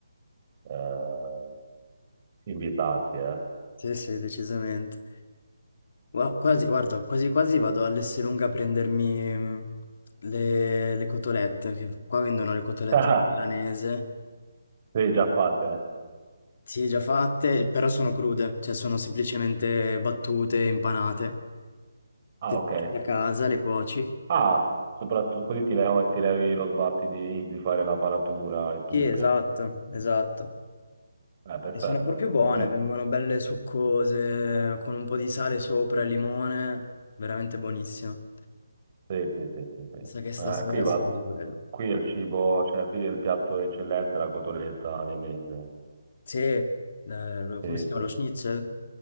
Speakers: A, on the right; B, on the left.
A: eh, invitanti, eh.
B: Sì, sì, decisamente. Gua- quasi, guarda, quasi quasi vado all'Esselunga a prendermi mm, le, le cotolette, che qua vendono le cotolette
A: <laughs>
B: milanese.
A: Sì, già fatte, eh.
B: Sì, già fatte, però sono crude, cioè sono semplicemente battute, impanate.
A: Ah,
B: Te le
A: ok.
B: porti a casa, le cuoci.
A: Ah, soprattutto così ti levo- ti levi lo sbatti di, di fare la paratura e tutto.
B: Sì, esatto, esatto.
A: Eh, perfetto.
B: E sono proprio buone,
A: Come-
B: vengono belle succose, con un po' di sale sopra e limone, veramente buonissimo.
A: Sì, sì, sì, sì, sì.
B: Mi sa che stasera
A: Eh, qui va,
B: serve di quello.
A: qui è il cibo, cioè qui il piatto d'eccellenza è la cotoletta viennese.
B: Sì, eh, lo-
A: Sì,
B: come si chiama
A: sì.
B: lo schnitzel?